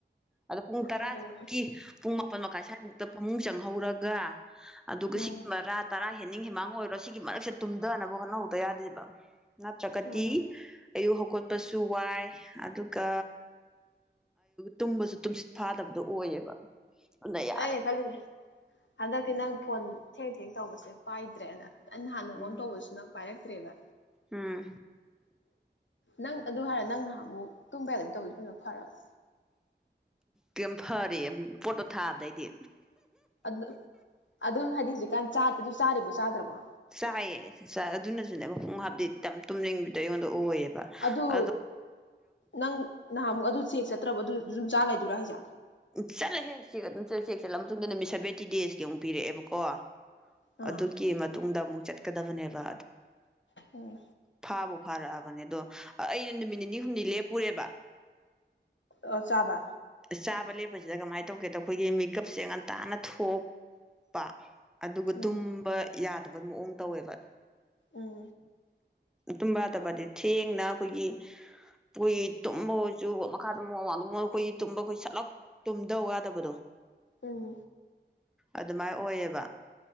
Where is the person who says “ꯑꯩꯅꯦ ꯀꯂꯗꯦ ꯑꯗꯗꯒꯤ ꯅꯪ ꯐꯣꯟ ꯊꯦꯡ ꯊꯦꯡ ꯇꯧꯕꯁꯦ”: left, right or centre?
Left